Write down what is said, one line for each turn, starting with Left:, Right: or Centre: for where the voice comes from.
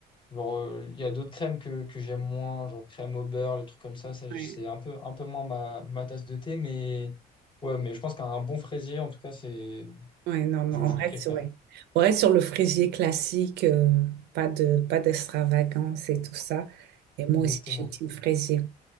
Left: genre, euh, il y a d'autres crèmes que, que j'aime moins, genre crème au beurre, le truc comme ça. Ça, je-
Right: ouais.
Left: c'est un peu, un peu moins ma, ma tasse de thé, mais ouais, mais je pense qu'un bon fraisier, en tout cas, c'est,
Right: Ouais, non, non,
Left: je,
Right: on
Left: je
Right: reste
Left: préfère.
Right: sur, ouais. On reste sur le fraisier classique, euh, pas de, pas d'extravagance et tout ça. Et moi
Left: Exactement.
Right: aussi, je suis team fraisier.